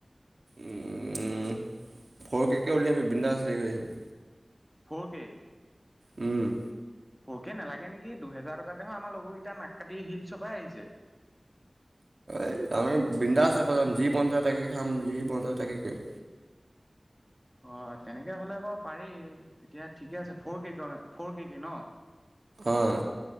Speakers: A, on the right; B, in the centre.
A: উম ফ'ৰকে'কে উলিয়াবি বিন্দাচ হেৰি কৰি আহিম।
B: ফ'ৰকে'।
A: উম।
B: ফ'ৰ কে' নালাগে নেকি? দুহেজাৰ টকাত আমাৰ লগৰকেইটা নাক কাটি হিলছৰ পৰা আহিছে।
A: এই আমি এই বিন্দাচ যি মন যায় তাকে খাম যি মন যায় তাকে কৰিম।
B: অ' তেনেকে হ'লে বাৰু পাৰি তেতিয়া ঠিকে আছে ফ'ৰ কে' ফ'ৰকে' কে' ন?
A: অঁ।